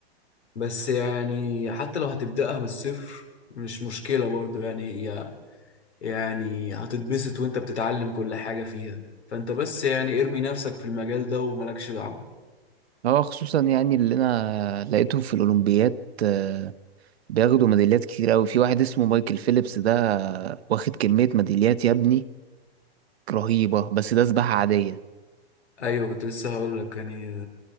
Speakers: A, on the left; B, on the right.
A: بس يعني حتى لو هتبدأها من الصفر مش مشكلة برضو يعني هي يعني هتتبسط وانت بتتعلم كل حاجة فيها فانت بس يعني ارمي نفسك في المجال ده وملكش دعوة
B: اه خصوصا يعني اللي انا لقيتهم في الاولمبيات آه، بياخدوا ميداليات كتير قوي في واحد اسمه مايكل فيليبس ده آه، واخد كمية ميداليات يا ابني رهيبة بس ده سباحة عادية
A: ايوه كنت لسه هقول لك يعني